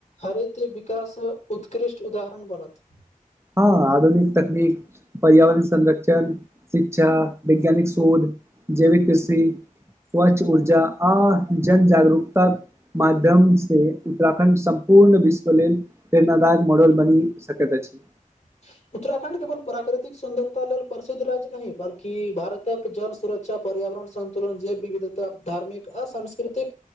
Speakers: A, on the left; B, on the right.
A: हरित विकास उत् उत्कृष्ट उदाहरण बनत।
B: हँ, आधुनिक तकनीक, पर्यावरण संरक्षण, शिक्षा, वैज्ञानिक शोध जैविक कृषि। स्वच्छ ऊर्जा, आ जन जागरूकता माध्यम से उत्तराखण्ड सँ पूर्ण विश्व लेल, प्रेरणादायक मॉडल बनी सकैत अछि।
A: <inaudible> उत्तराखण्ड केवल प्राकृतिक सुन्दरता लेल प्रसिद्ध राज्य नहि, बल्कि भारतक जल सुरक्षा पर्या वरण सन्तुलन जे विविधता, धार्मिक, आ सांस्कृतिक